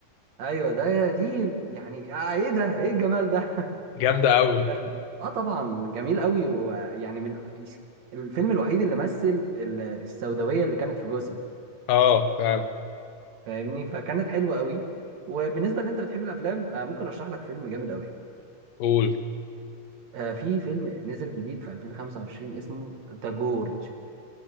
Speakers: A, on the right; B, on the left.
A: ايوه ده دي يعني آه ايه ده ايه الجمال ده
B: جامده قوي
A: كان اه طبعا جميل قوي ويعني من الفيلم الوحيد اللي مثل ال- السوداويه اللي كانت في جسم
B: اه فعلا
A: فاهمني فكانت حلوه قوي وبالنسبه اللي انت بتحب الافلام آه ممكن ارشح لك فيلم جامد قوي
B: قول
A: آه في فيلم نزل جديد في 2025 اسمه ذا جورج